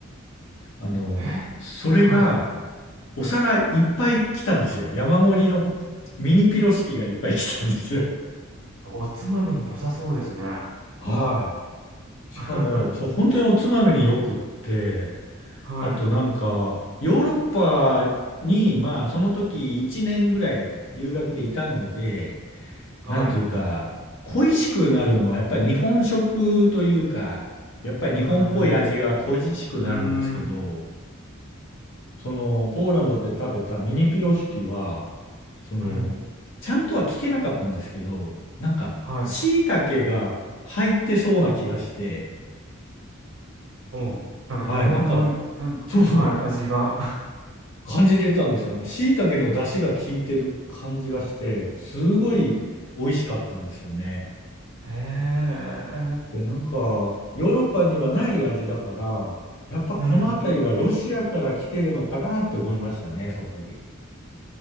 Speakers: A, on the left; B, on the right.
A: あの、
B: え？
A: それが
B: はい。
A: お皿いっぱい来たんですよ。山盛りのミニピロシキがいっぱい来たんですよ。
B: おつまみに良さそうですね。<laughs>
A: はい。しかも、
B: は
A: そう、本当におつまみによくって、
B: い。
A: あとなんか、ヨーロッパに、まあ、その時1年ぐらい留学でいたので、
B: はい。
A: なんというか、
B: う
A: 恋しくなるのはやっぱり日本食というか、やっぱり日本っぽい味が恋しくなるんですけど、
B: ーん。うーん。
A: そのポーランドで食べたミニピロシキは、その、
B: うん。
A: ちゃんとは聞けなかったんですけど、なんか、
B: はい。
A: 椎茸が入ってそうな気がして、
B: うん。なんか日本の、
A: はい、なんか、
B: なんかはい、
A: そうそ
B: 味が。<laughs>
A: う、感じれたんですよ。なんか、椎茸の出汁が効いてる感じがして、すごい美味しかったんですよね。
B: へえ。
A: で、なんか、ヨーロッパにはない味だから、やっぱこの辺りはロシアから来てるのかなって思いましたね、
B: うん。
A: その時。